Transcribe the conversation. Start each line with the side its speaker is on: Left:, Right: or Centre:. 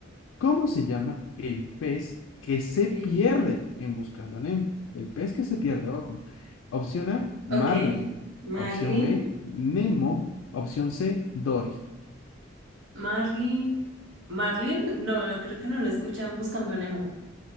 Left: ¿Cómo se llama el pez que se
Right: B.
Left: pierde en Buscando a Nemo? El pez que se pierde, ojo. Opción A, Marlin.
Right: Ok, Marlin,
Left: Opción B, Nemo. Opción C, Dory.
Right: Marlin, Marlin, no, creo que no lo escuchan buscando a Nemo.